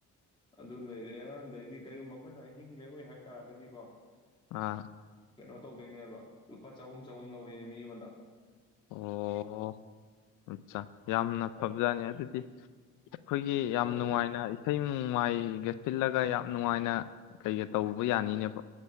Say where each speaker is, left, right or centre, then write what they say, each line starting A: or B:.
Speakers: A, on the left (about 15°); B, on the left (about 90°).
A: ꯑꯗꯨ ꯂꯩꯔꯦ ꯑꯗꯩꯗꯤ ꯀꯔꯤꯒꯨꯝꯕ ꯑꯩꯈꯣꯏꯅ ꯑꯍꯤꯡ ꯂꯦꯛꯑꯣꯏ ꯍꯥꯏꯇꯥꯥꯔꯒꯗꯤꯀꯣ
B: ꯑꯥ
A: ꯀꯩꯅꯣ ꯇꯧꯗꯣꯏꯅꯦꯕ ꯂꯨꯄꯥ ꯆꯍꯨꯝ ꯆꯍꯨꯝ ꯂꯧꯏꯦ ꯃꯤ ꯑꯃꯗ
B: ꯑꯣ ꯑꯠꯆꯥ ꯌꯥꯝꯅ ꯐꯕꯖꯥꯅꯤ
A: ꯑ,
B: ꯑꯗꯨꯗꯤ <inaudible> ꯑꯩꯈꯣꯏꯒꯤ ꯌꯥꯝ
A: ꯍꯣꯏ
B: ꯅꯨꯡꯉꯥꯏꯅ ꯏꯁꯩ ꯅꯨꯡꯉꯥꯏꯒꯦ ꯁꯤꯜꯂꯒ ꯌꯥꯝ ꯅꯨꯡꯉꯥꯏꯅ ꯀꯩꯒ ꯇꯧꯕ ꯌꯥꯅꯤꯅꯦꯕ